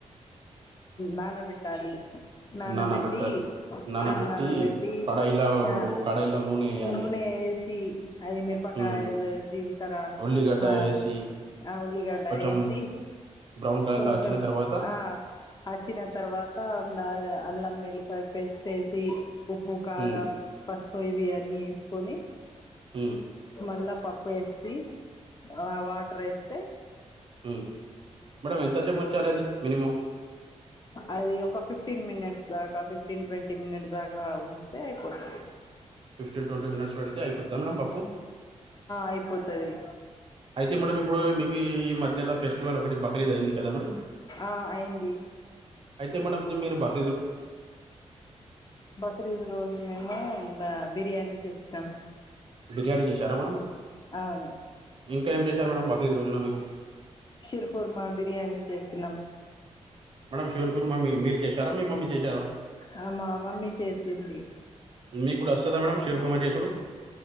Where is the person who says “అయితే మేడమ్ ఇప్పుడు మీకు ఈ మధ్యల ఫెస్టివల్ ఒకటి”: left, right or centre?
Right